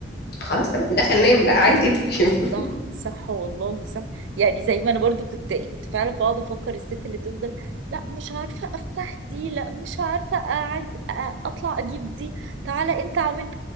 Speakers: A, on the left (about 60°); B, on the right (about 75°).
A: خلاص تمام دخل نام بقى عايز ايه طيب
B: صح
A: <laughs>
B: صح والله صح يعني زي ما انا برضو كنت كنت فعلا بقعد افكر الست اللي تفضل لا مش عارفه افتح دي لا مش عارفه اقعد أ- اطلع اجيب دي تعالى انت اعمل